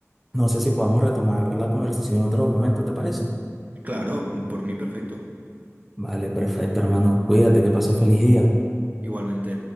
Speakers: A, in the centre; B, on the right.
A: No sé si podamos retomar la conversación en otro momento, ¿te parece?
B: claro, por mí perfecto.
A: Vale, perfecto, hermano. Cuídate, que pases feliz día.
B: Igualmente.